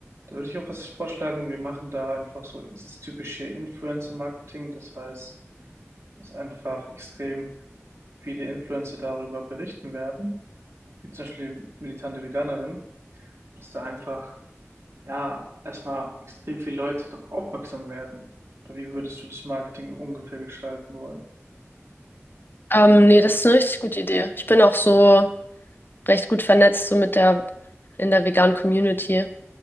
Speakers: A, on the right (about 65°); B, on the left (about 45°).
A: da würde ich auch was vorschlagen. Wir machen da einfach so dieses typische Influencer-Marketing. Das heißt, dass einfach extrem viele Influencer darüber berichten werden, wie zum Beispiel militante Veganerin, dass da einfach, ja, erstmal extrem viele Leute darauf aufmerksam werden. Oder wie würdest du das Marketing ungefähr gestalten wollen?
B: Ähm, nee, das ist eine richtig gute Idee. Ich bin auch so. recht gut vernetzt, so mit der, in der veganen Community.